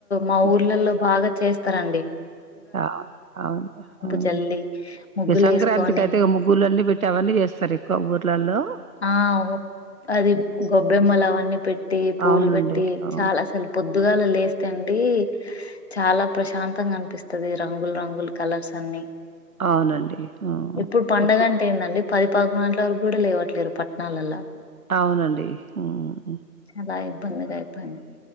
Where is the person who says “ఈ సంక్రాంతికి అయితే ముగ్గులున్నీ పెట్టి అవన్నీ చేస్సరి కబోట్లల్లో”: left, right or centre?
Right